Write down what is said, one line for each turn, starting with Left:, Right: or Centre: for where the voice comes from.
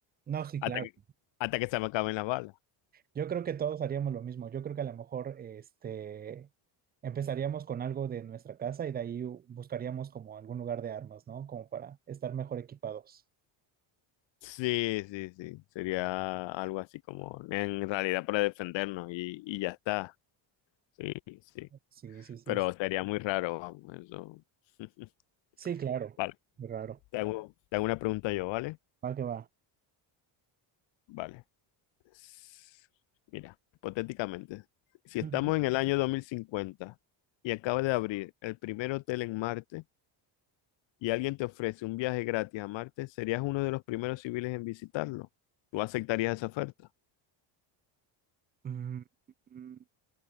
Right: no, sí,
Left: Hasta
Right: claro.
Left: que, hasta que se me acaben las balas.
Right: Yo creo que todos haríamos lo mismo. Yo creo que a lo mejor este, empezaríamos con algo de nuestra casa y de ahí u- buscaríamos como algún lugar de armas, ¿no? Como para estar mejor equipados.
Left: Sí, sí, sí. Sería algo así como en realidad para defendernos y, y ya está. Sí, sí.
Right: Sí, sí, sí.
Left: Pero sería muy raro, vamos, eso. <laughs>
Right: Sí, claro.
Left: Vale.
Right: Raro.
Left: Te hago, te hago una pregunta yo, ¿vale?
Right: Va que va.
Left: Vale. S- Mira, hipotéticamente, si estamos
Right: Ujú.
Left: en el año 2050 y acaba de abrir el primer hotel en Marte, y alguien te ofrece un viaje gratis a Marte, serías uno de los primeros civiles en visitarlo. ¿Tú aceptarías esa oferta?
Right: Mm, mm,